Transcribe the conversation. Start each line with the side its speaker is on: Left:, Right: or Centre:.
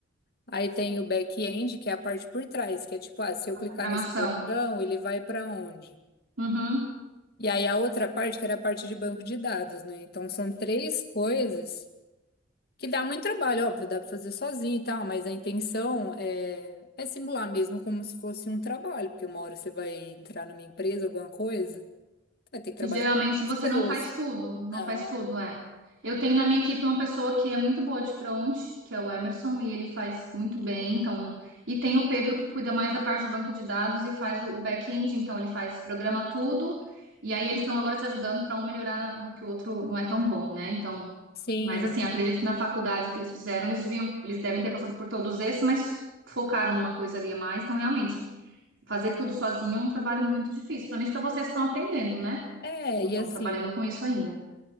Left: Aí tem o back-end, que é a parte por trás, que é tipo, ah, se eu
Right: A
Left: clicar
Right: programação.
Left: nesse botão, ele vai para onde?
Right: Uhum.
Left: E aí a outra parte, que era a parte de banco de dados, né? Então são três coisas que dá muito trabalho, óbvio, dá pra fazer sozinho e tal, mas a intenção é, é simular mesmo como se fosse um trabalho, porque uma hora você vai entrar numa empresa, alguma coisa, vai ter que trabalhar
Right: E geralmente
Left: com pessoas.
Right: você não faz tudo, não
Left: Não.
Right: faz tudo, é. Eu tenho na minha equipe uma pessoa que é muito boa de front, que é o Emerson, e ele faz muito bem, então, e tem o Pedro que cuida mais da parte do banco de dados e faz o, o back-end, então ele faz, programa tudo, e aí eles estão agora se ajudando para um melhorar na- no que o outro não é tão bom, né? Então,
Left: Sim.
Right: mas assim, acredito que na faculdade que eles fizeram, eles deviam, eles devem ter passado por todos esses, mas focaram numa coisa ali a mais, então realmente fazer tudo sozinho é um trabalho muito difícil, principalmente para vocês que estão aprendendo, né?
Left: É,
Right: Não
Left: e
Right: estão
Left: assim,
Right: trabalhando com isso ainda.